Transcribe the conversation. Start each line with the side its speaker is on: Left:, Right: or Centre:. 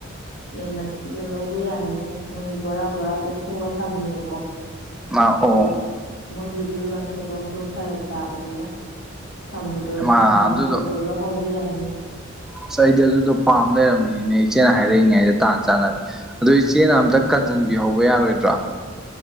Left: ꯌꯦꯟ ꯃꯊꯤꯗꯣ ꯂꯧꯕ ꯌꯥꯅꯤ ꯃꯣꯏ ꯕꯣꯔꯥ ꯕꯣꯔꯥ ꯄꯦꯛꯊꯣꯛꯑ ꯊꯝꯃꯦꯕꯀꯣ
Centre: ꯑꯣ
Left: ꯑꯗꯣ ꯃꯣꯏꯒꯤꯁꯨ ꯂꯪꯊꯣꯛꯐꯝꯗꯣ ꯐꯔꯛ ꯇꯥꯕꯅꯤꯅ ꯊꯝꯕꯗꯣ ꯅꯪꯅ
Centre: ꯃꯥ
Left: ꯀꯥꯟꯅꯕꯗꯣ
Centre: ꯑꯗꯨꯗꯣ
Left: ꯂꯧꯍꯧꯕ ꯌꯥꯅꯤꯌꯦ
Centre: ꯑꯁ ꯑꯩꯗꯤ ꯑꯗꯨꯗꯣ ꯄꯥꯝ ꯂꯩꯝꯃꯤꯅꯤꯅꯦ ꯏꯆꯦꯅ ꯍꯥꯏꯔꯛꯏꯉꯩꯗ ꯇꯥꯟ ꯆꯥꯅꯔꯦ ꯑꯗꯨ ꯏꯆꯦꯅ ꯑꯝꯇ ꯀꯟꯖꯟꯕꯤꯍꯧꯕ ꯌꯥꯔꯣꯏꯗ꯭ꯔꯣ